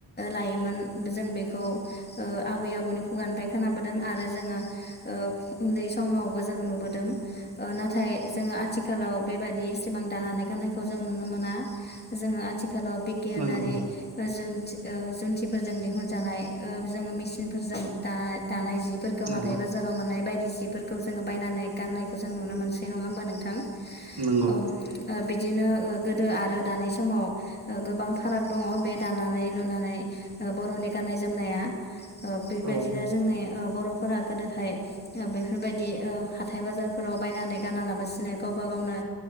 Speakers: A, on the left; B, on the right.
A: लायोमोन जों बेखौ ओ आबै आबौनि फुगानिफ्राय खोनाबोदों आरो जोङो ओ उन्दै समावबो जों नुबोदों नाथाय जोङो आथिखालाव बेबादि सिबां दानानै गाननायखौ जों नुनो मोना जोङो आथिखालाव बिगियानारि
B: नंगौ
A: जु जुन्थिफोरजों दिहुनजानाय जों मेसिनफोरजों दानाय दानाय जि फोरखौ
B: नंगौ
A: हाथाय बाजाराव मोननाय बायदि सिफोरखौ जोङो बायनानै गनाय खौ जों नुनो मोनसै नङा होमबा नोंथां
B: नंगौ
A: औ बिदिनो गोदो आरो दानि समाव गोबां फाराग दङ बे दानानै लुनानै बर'नि गाननाय जोमनाया बेबायदिनो
B: औ
A: जोंनि बर'फोरा गोदोहाय बेफोरबायदि हाथाय बाजारफोराव बायनानै गाना लाबसिनो गाव गावबा गावनो